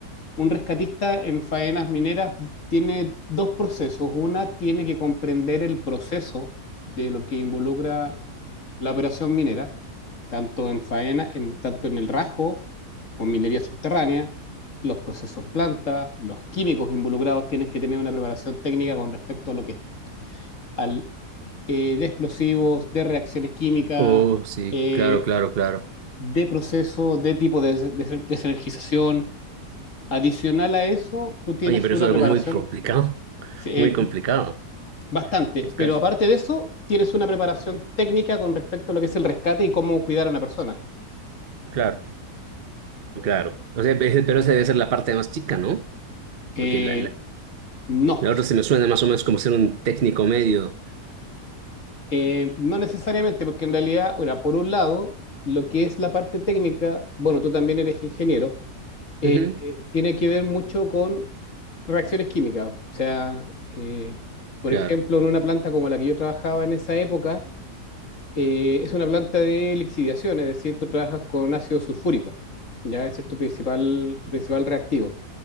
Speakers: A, on the left (about 50°); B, on the right (about 50°).
A: un rescatista en faenas mineras tiene dos procesos. Una tiene que comprender el proceso de lo que involucra la operación minera, tanto en faena, en, tanto en el rajo o en minería subterránea, los procesos planta, los químicos involucrados, tienes que tener una preparación técnica con respecto a lo que al eh, de explosivos, de reacciones químicas,
B: Oh, sí,
A: eh,
B: claro, claro, claro.
A: de procesos, de tipo de, des- des- desenergización. Adicional a eso, tú tienes
B: Oye, pero
A: una
B: eso es
A: preparación
B: algo muy complicado, <laughs>
A: eh,
B: muy complicado.
A: bastante,
B: Es casi,
A: pero aparte de eso, tienes una preparación técnica con respecto a lo que es el rescate y cómo cuidar a una persona.
B: claro, claro. O sea, pe- pero esa debe ser la parte más chica, ¿no?
A: Eh,
B: Porque la, la,
A: No,
B: la otra se me suena más o menos como ser un técnico medio.
A: eh, no necesariamente, porque en realidad, bueno, por un lado, lo que es la parte técnica, bueno, tú también eres ingeniero, eh,
B: Ujú,
A: eh, tiene que ver mucho con reacciones químicas. O sea, eh, por
B: Claro,
A: ejemplo, en una planta como la que yo trabajaba en esa época, eh, es una planta de lixiviación, es decir, tú trabajas con ácido sulfúrico, ya ese es tu principal, tu principal reactivo.